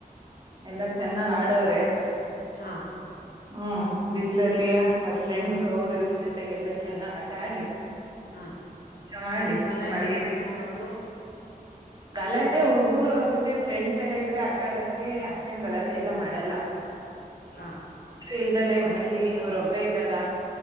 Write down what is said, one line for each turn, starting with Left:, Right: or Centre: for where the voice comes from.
Right: ಎಲ್ಲಾ ಚೆನ್ನಾಗ್ ಆಡವ್ರೆ.
Left: ಹಾ.
Right: ಹ್ಮ ಬಿಸಲಲ್ಲಿಯ ಅವ್ರ ಫ್ರೆಂಡ್ಸು
Left: ಹಾ
Right: ಅವರು ಇವ್ರ ಜೊತೆಗೆ ಎಲ್ಲಾ ಚೆನ್ನಾಗ್ ಆಟ ಆಡಿ.
Left: ಹಾ
Right: ಊಟ ಮಾಡಿ
Left: ನಿಂಗ್ ಗಲಾಟೆ
Right: ಮಲಗಿ
Left: ಮಾಡಲ್ವಾ
Right: ಬಿಡಿ.
Left: ಮಗಳು
Right: ಗಲಾಟೆ ಹುಡ್ಗೂರು ಅವ್ರ ಜೊತೆ ಫ್ರೆಂಡ್ಸ್ ಎಲ್ಲ ಇದ್ರೆ ಆಟ ಆಡಕ್ಕೆೆ ಅಷ್ಟೇನ್ ಗಲಾಟೆ ಎಲ್ಲಾ ಮಾಡಲ್ಲ.
Left: ಹಾ.
Right: ಇಲ್ದಲ್ಲೇ ಮನೇಲಿ ಅವ್ರೊಬ್ರ ಇದ್ದಾಗ